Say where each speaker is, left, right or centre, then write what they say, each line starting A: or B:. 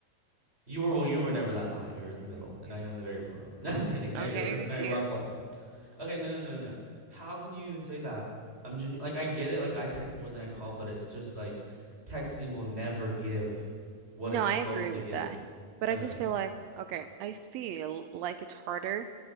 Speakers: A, on the right; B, on the right.
A: You were well, you were never that high. You're in the middle, and now you're on the very bottom. <laughs> No, I'm kidding. Now
B: Okay,
A: you're
B: thank
A: now you're
B: you.
A: rock bottom. Okay, no, no, no, no. How can you even say that? I'm genu- like I get it. Like I text more than I call, but it's just like texting will never give what
B: No,
A: it's
B: I
A: supposed
B: agree
A: to
B: with
A: give.
B: that. But
A: Okay.
B: I just feel like, okay, I feel like it's harder